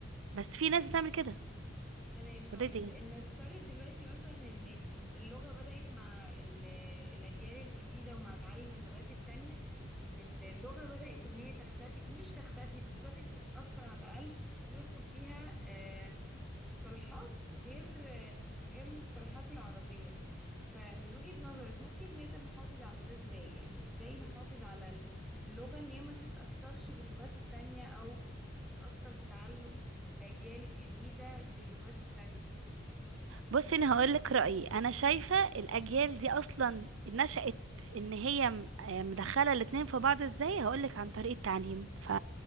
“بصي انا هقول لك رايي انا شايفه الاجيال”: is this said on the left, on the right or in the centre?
Right